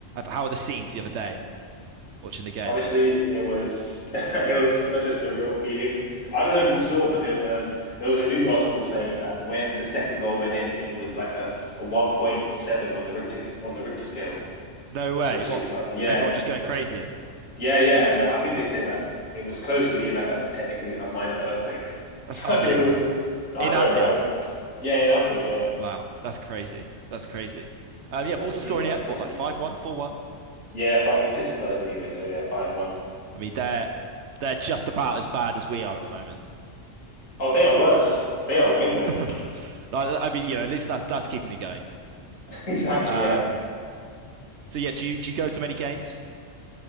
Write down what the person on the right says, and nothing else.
how were the scenes the other day watching the game?
No way!
What
everyone just going
crazy?
That's
unbelievable.
In
Anfield.
Wow, that's crazy. That's crazy. Um, yeah,
what
was
the score in
the
end? What, like
five one, four one?
I mean, they're they're just about as bad as we are at the moment.
<laughs>
Like, I mean, you know, at least that's that's keeping me going.
Um,
so yeah, do you do you go to many games?